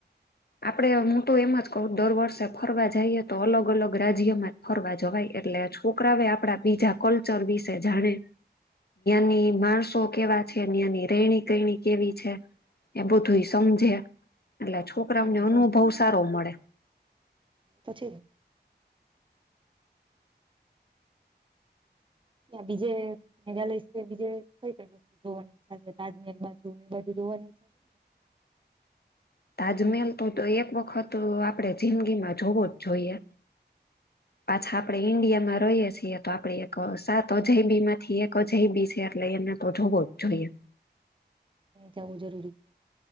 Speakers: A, on the left; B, on the right.
A: આપડે હું તો એમ જ કહ દર વર્ષે ફરવા જઈએ તો અલગ અલગ રાજ્યમાં જ ફરવા જવાય એટલે છોકરા આપડા બીજા કલ્ચર વિશે જાણે. ની માણસો કેવા છે નીયાની રહેેણી કરણી કેવી છે. એ બધું સમજે એટલે છોકરાઓને
B: ત્યાંની
A: અનુભવ સારો મળે.
B: તોછી યા બીજે મેઘાલય છે બીજે કઈ ક જોવાની ઈચ્છા છે તાજમહેલ બાજુ ને એ બાજુ જોવાની ઈચ્છા છે.
A: તાજમહેલ તો એક વખત આપણેે જિંદગી માં જોવો જ જોઈએ.
B: <inaudible>
A: પાછા આપડે ઈન્ડિયામાં રહીએ છીએ તો આપડે એક સાત અજાયબી માંથી એક અજાયબી છે એટલે એને તો જોવો જોઈએ.
B: જવું જરૂરી છે